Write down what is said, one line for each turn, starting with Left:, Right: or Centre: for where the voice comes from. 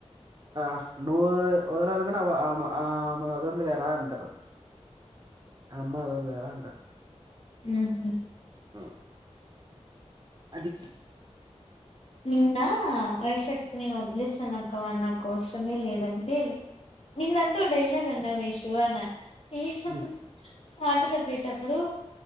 Right: ఆ నువ్వు వదలనుకుని ఆమె వదలదలేరా అంటారు అమ్మ అద వెలా ఉంటదు
Left: ఊహు
Right: ఉ అది
Left: నింద వయశట్ న వద్లి స్తనక్క కోసమే లేదంటే నిన్నంతా డైలాగ్ అన్నావె షి వాన ఏ షాపుల
Right: హ్మ్
Left: ఆటోలో పోయేటప్పుడు